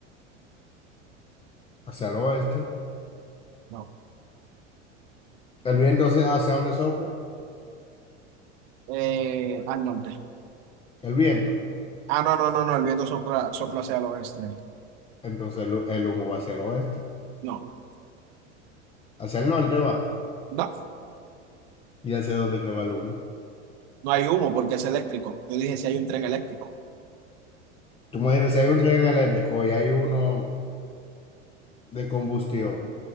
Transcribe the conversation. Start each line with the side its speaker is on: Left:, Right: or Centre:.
Left: Hacia el oeste.
Right: No.
Left: El viento hacia, hacia donde sopla.
Right: Eh, al norte.
Left: El viento.
Right: Ah, no, no, no, no, el viento sopla, sopla hacia el oeste.
Left: Entonces el, hu- el humo va hacia el oeste.
Right: No,
Left: Hacia el norte va.
Right: no,
Left: ¿Y hacia dónde que va el humo?
Right: no hay humo porque es eléctrico. Yo dije si hay un tren eléctrico. <laughs>
Left: Tú me dices, si hay un tren eléctrico y hay uno de combustión.